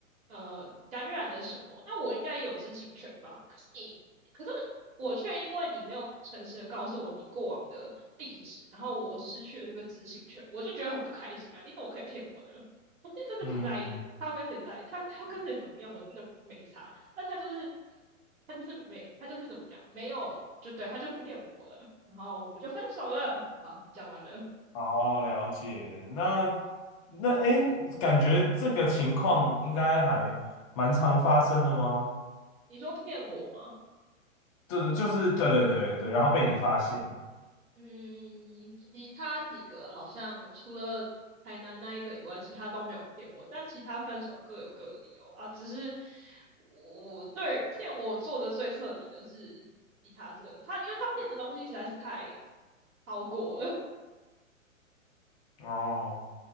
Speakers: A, on the right (about 75°); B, on the left (about 25°).
A: 呃感染了什么，那我应该也有知情权吧？可是你。可是我却因为你没有诚实的告诉我你过往的地址，然后我失去了这个知情权，我就觉得很不开心啊！你怎么可以骗我呢？我是真的不在意他要跟谁在意，
B: 嗯，
A: 他他要跟谁怎么样，我真的没差。但他就是他就是没他就是怎么讲，没有就对，他就骗我了，然后我们就分手了。好，讲完了。
B: 哦，了解。那那诶，感觉这个情况应该还蛮常发生的吗？
A: 你说骗我吗？
B: 对对，就是对对对对，对。然后被你发现。
A: 嗯，其他几个好像除了台南那一个以外，其他都没有骗我，但其他分手各有各的理由啊，只是我对于骗我做的最彻底的是吉他社，他因为他骗的东西实在是太超过了，<laughs>
B: 哦，